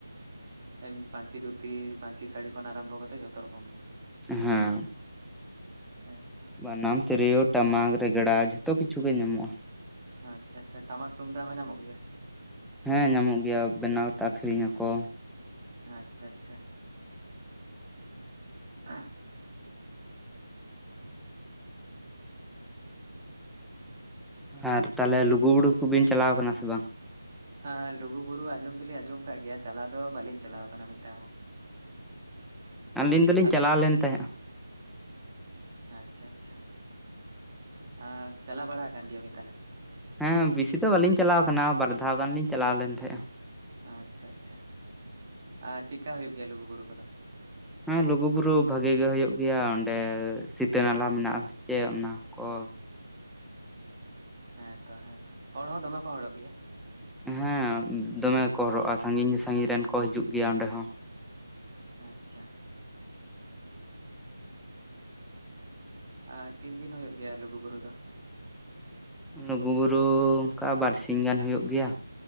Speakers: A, on the right; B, in the centre.
A: ᱮᱢ ᱯᱟᱹᱧᱪᱤ ᱫᱷᱩᱛᱤ ᱯᱟᱹᱧᱪᱤ ᱥᱟᱹᱲᱤ ᱠᱷᱚᱱ ᱟᱨᱟᱢᱵᱷᱚ ᱠᱟᱛᱮᱫ ᱡᱷᱚᱛᱚ ᱨᱚᱠᱚᱢ ᱜᱮ
B: ᱦᱮᱸᱻ
A: ᱦᱮᱸᱛᱚ
B: ᱵᱟᱱᱟᱢ ᱛᱤᱨᱭᱳ ᱴᱟᱢᱟᱠ ᱨᱮᱜᱽᱲᱟ ᱡᱷᱚᱛᱚ ᱠᱤᱪᱷᱩ ᱜᱮ ᱧᱟᱢᱚᱜᱼᱟ᱾
A: ᱟᱪᱪᱷᱟ ᱟᱪᱪᱷᱟ ᱴᱟᱢᱟᱠ ᱛᱩᱢᱫᱟᱜ ᱦᱚᱸ ᱧᱟᱢᱚᱜ ᱜᱮᱭᱟ᱾
B: ᱦᱮᱸ ᱧᱟᱢᱚᱜ ᱜᱮᱭᱟ ᱵᱮᱱᱟᱣ ᱛᱮ ᱟᱠᱷᱨᱤᱧ ᱧᱟᱠᱚ᱾
A: ᱟᱪᱪᱷᱟ ᱟᱪᱪᱷᱟ <inaudible>
B: ᱟᱨ ᱛᱟᱦᱚᱞᱮ ᱞᱩᱜᱩ ᱵᱩᱲᱩ ᱠᱩᱵᱤᱱ ᱪᱟᱞᱟᱣ ᱠᱟᱱᱟ ᱥᱮ ᱵᱟᱝ?
A: ᱟᱸᱻ ᱞᱩᱜᱩ ᱵᱩᱨᱩ ᱟᱸᱡᱚᱢ ᱫᱚᱞᱤᱧ ᱟᱸᱡᱚᱢ ᱟᱠᱟᱫ ᱜᱮᱭᱟ ᱪᱟᱞᱟᱣ ᱫᱚ ᱵᱟᱹᱞᱤᱧ ᱪᱟᱞᱟᱣ ᱟᱠᱟᱱᱟ ᱢᱤᱫ ᱫᱷᱟᱣ ᱦᱚᱸ᱾
B: ᱟᱹᱞᱤᱧ ᱫᱚᱞᱤᱧ
A: ᱟᱹᱵᱤᱱ
B: ᱪᱟᱞᱟᱣ ᱞᱮᱱ ᱛᱟᱦᱮᱸᱫᱼᱟ᱾
A: ᱟᱪᱪᱷᱟ ᱟᱪᱪᱷᱟ ᱟᱸᱻ ᱪᱟᱞᱟᱣ ᱵᱟᱲᱟ ᱟᱠᱟᱱ ᱜᱮᱭᱟᱵᱤᱱ ᱛᱟᱦᱚᱞᱮ?
B: ᱦᱮᱸ ᱵᱤᱥᱤ ᱫᱚ ᱵᱟᱹᱞᱤᱧ ᱪᱟᱞᱟᱣ ᱟᱠᱟᱱᱟ ᱵᱟᱨ ᱫᱷᱟᱣ ᱜᱟᱱ ᱞᱤᱧ ᱪᱟᱞᱟᱣ ᱞᱮᱱ ᱛᱟᱦᱮᱸᱜᱼᱟ᱾
A: ᱟᱪᱪᱷᱟ ᱟᱪᱪᱷᱟ ᱟ ᱪᱮᱠᱟ ᱦᱩᱭᱩᱜ ᱜᱮᱭᱟ ᱞᱩᱜᱩ ᱵᱩᱨᱩ ᱠᱚᱫᱚ?
B: ᱦᱮᱸ ᱞᱩᱜᱩ ᱵᱩᱨᱩ ᱵᱷᱟᱜᱮ ᱜᱮ ᱦᱩᱭᱩᱜ ᱜᱮᱭᱟ᱾ ᱚᱸᱰᱮ ᱥᱤᱛᱟᱹ ᱱᱟᱞᱟ ᱢᱮᱱᱟᱜᱼᱟ᱾ ᱪᱮ ᱚᱱᱟ ᱠᱚ
A: ᱦᱮᱸᱛᱚ ᱦᱮᱸᱛᱚ ᱦᱚᱲ ᱦᱚᱸ ᱫᱚᱢᱮ ᱠᱚ ᱦᱚᱲᱚᱜ ᱜᱮᱭᱟ᱾
B: ᱦᱮᱸ ᱫᱚᱢᱮ ᱠᱚ ᱦᱚᱨᱚᱜᱼᱟ ᱥᱟᱺᱜᱤᱧ ᱥᱟᱺᱜᱤᱧ ᱨᱮᱱ ᱠᱚ ᱦᱤᱡᱩᱜ ᱜᱮᱭᱟ ᱚᱸᱰᱮ ᱦᱚᱸ᱾
A: ᱟᱪᱪᱷᱟ ᱟᱨ ᱛᱤᱱ ᱫᱤᱱ ᱦᱩᱭᱩᱜ ᱜᱮᱭᱟ ᱞᱩᱜᱩ ᱵᱩᱨᱩ ᱫᱚ?
B: ᱞᱩᱜᱩ ᱵᱩᱨᱩ ᱚᱱᱠᱟ ᱵᱟᱨ ᱥᱤᱧ ᱜᱟᱱ ᱦᱩᱭᱩᱜ ᱜᱮᱭᱟ᱾